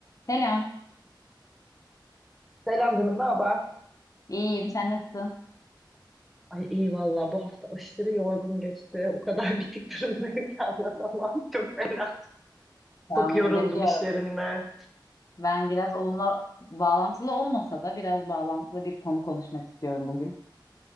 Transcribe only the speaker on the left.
Selam.
İyiyim. Sen nasılsın?
Tahmin
edebiliyorum.
Ben biraz onunla bağlantılı olmasa da biraz bağlantılı bir konu konuşmak istiyorum bugün.